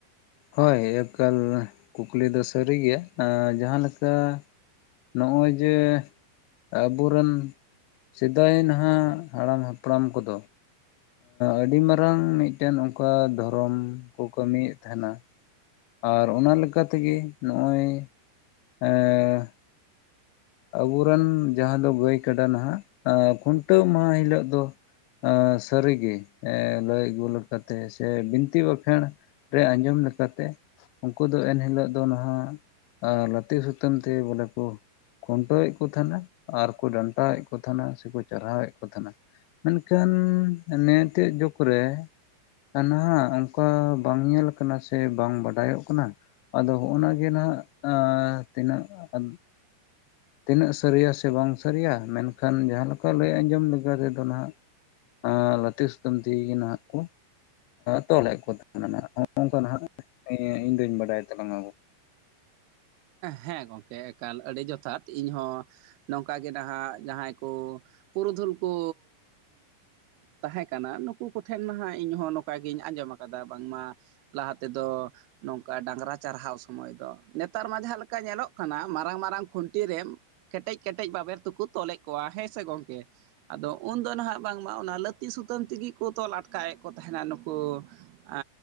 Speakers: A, on the left (about 80°); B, on the right (about 80°).
A: ᱦᱳᱭ ᱮᱠᱟᱞ ᱠᱩᱠᱞᱤ ᱫᱚ ᱥᱟᱹᱨᱤ ᱜᱮᱭᱟ, ᱡᱟᱦᱟᱸᱞᱮᱠᱟ ᱱᱚᱜᱼᱚᱭ ᱡᱮ ᱟᱵᱚᱨᱮᱱ ᱥᱮᱫᱟᱭ ᱱᱟᱦᱟᱜ ᱦᱟᱲᱟᱢ ᱦᱟᱯᱲᱟᱢ ᱠᱚᱫᱚ ᱟᱹᱰᱤ ᱢᱟᱨᱟᱝ ᱢᱤᱫᱴᱮᱱ ᱚᱱᱠᱟ ᱫᱷᱚᱨᱚᱢ ᱠᱚ ᱠᱟᱹᱢᱤᱭᱮᱫ ᱛᱟᱦᱮᱱᱟ᱾ ᱟᱨ ᱚᱱᱟ ᱞᱮᱠᱟ ᱛᱮᱜᱮ ᱱᱚᱜᱼᱚᱭ ᱮᱸ ᱟᱵᱚᱨᱮᱱ ᱡᱟᱦᱟᱸ ᱫᱚ ᱜᱟᱭ ᱠᱟᱰᱟ ᱱᱟᱦᱟᱜ ᱠᱷᱩᱱᱴᱟᱹᱣ ᱢᱟᱦᱟ ᱦᱤᱞᱳᱜ ᱫᱚ ᱥᱟᱹᱨᱤ ᱜᱮ ᱞᱟᱹᱭ ᱟᱹᱜᱩ ᱞᱮᱠᱟᱛᱮ ᱥᱮ ᱵᱤᱱᱛᱤ ᱵᱟᱠᱷᱮᱬ ᱛᱮ ᱟᱸᱡᱚᱢ ᱞᱮᱠᱟᱛᱮ ᱩᱱᱠᱩ ᱫᱚ ᱮᱱᱦᱤᱞᱳᱜ ᱫᱚ ᱱᱟᱦᱟᱜ ᱞᱟᱹᱛᱤ ᱥᱩᱛᱟᱹᱢ ᱛᱮ ᱵᱚᱞᱮ ᱠᱚ ᱠᱷᱩᱱᱴᱟᱹᱣᱮᱫ ᱠᱚ ᱛᱟᱦᱮᱱᱟ, ᱟᱨᱠᱚ ᱰᱟᱱᱴᱟᱣᱮᱫ ᱠᱚ ᱛᱟᱦᱮᱱᱟ, ᱥᱮᱠᱚ ᱪᱟᱨᱦᱟᱣ ᱮᱫ ᱠᱚ ᱛᱟᱦᱮᱱᱟ᱾ ᱢᱮᱱᱠᱷᱟᱱ ᱱᱮᱭᱮᱛᱮᱜ ᱡᱩᱜᱽ ᱨᱮ ᱱᱟᱦᱟᱜ ᱚᱱᱠᱟ ᱵᱟᱝ ᱧᱮᱞ ᱟᱠᱟᱱᱟ ᱥᱮ ᱵᱟᱝ ᱵᱟᱰᱟᱭᱚᱜ ᱠᱟᱱᱟ᱾ ᱟᱫᱚ ᱦᱚᱜᱼᱱᱟ ᱜᱮ ᱱᱟᱦᱟᱜ ᱟᱸ ᱛᱤᱱᱟᱹᱜ ᱟᱫ ᱛᱤᱱᱟᱹᱜ ᱥᱟᱹᱨᱤᱭᱟ ᱥᱮ ᱵᱟᱝ ᱥᱟᱹᱨᱤᱭᱟ ᱢᱮᱱᱠᱷᱟᱱ ᱡᱟᱦᱟᱸ ᱞᱮᱠᱟ ᱞᱟᱹᱭ ᱟᱸᱡᱚᱢ ᱞᱮᱠᱟ ᱛᱮᱫᱚ ᱱᱟᱦᱟᱜ ᱮ ᱞᱟᱛᱤ ᱥᱩᱛᱟᱹᱢ ᱛᱤᱜᱩ ᱜᱮ ᱱᱟᱦᱟᱜ ᱠᱩ ᱛᱚᱞᱮᱫ ᱠᱚ ᱛᱟᱦᱮᱱᱟ ᱱᱚᱜ ᱱᱚᱝ ᱠᱟᱜ ᱤᱧ ᱫᱩᱧ ᱵᱟᱰᱟᱭ ᱛᱟᱞᱟᱝ ᱟ᱾
B: ᱦᱮᱸ ᱜᱚᱢᱠᱮ ᱮᱠᱟᱞ ᱟᱹᱰᱤ ᱡᱚᱛᱷᱟᱛ ᱤᱧᱦᱚᱸ ᱱᱚᱝᱠᱟ ᱜᱮ ᱱᱟᱦᱟᱜ ᱡᱟᱦᱟᱸᱭ ᱠᱚ ᱯᱩᱨᱩᱫᱷᱩᱞ ᱠᱚ ᱛᱟᱦᱮᱸᱠᱟᱱᱟ ᱱᱩᱠᱩ ᱠᱚᱴᱷᱮᱱ ᱢᱟ ᱦᱟᱜ ᱱᱚᱝᱠᱟ ᱜᱤᱧ ᱟᱸᱡᱚᱢ ᱟᱜᱩ ᱠᱟᱫᱟ ᱵᱟᱝᱢᱟ ᱞᱟᱦᱟ ᱛᱮᱫᱚ ᱱᱚᱝᱠᱟ ᱰᱟᱝᱨᱟ ᱪᱟᱨᱦᱟᱣ ᱥᱚᱢᱚᱭ ᱫᱚ, ᱱᱮᱛ ᱱᱮᱛᱟᱨ ᱢᱟ ᱡᱟᱦᱟᱸ ᱞᱮᱠᱟ ᱧᱮᱞᱚᱜ ᱠᱟᱱᱟ ᱢᱟᱨᱟᱝ ᱢᱟᱨᱟᱝ ᱠᱷᱩᱱᱴᱤ ᱨᱮ ᱠᱮᱴᱮᱡ ᱠᱮᱴᱮᱡ ᱵᱟᱵᱮᱨ ᱛᱮᱠᱚ ᱛᱚᱞᱮᱫ ᱠᱚᱣᱟ ᱦᱮᱸ ᱥᱮ ᱜᱚᱝᱠᱮ? ᱟᱫᱚ ᱩᱱᱫᱚ ᱱᱟᱦᱟᱜ ᱵᱟᱝᱢᱟ ᱚᱱᱟ ᱞᱟᱹᱛᱤ ᱥᱩᱛᱟᱹᱢ ᱛᱮᱜᱮ ᱠᱚ ᱛᱚᱞ ᱟᱴᱠᱟᱭᱮᱫ ᱠᱚ ᱛᱟᱦᱮᱱᱟ ᱱᱩᱠᱩ ᱮ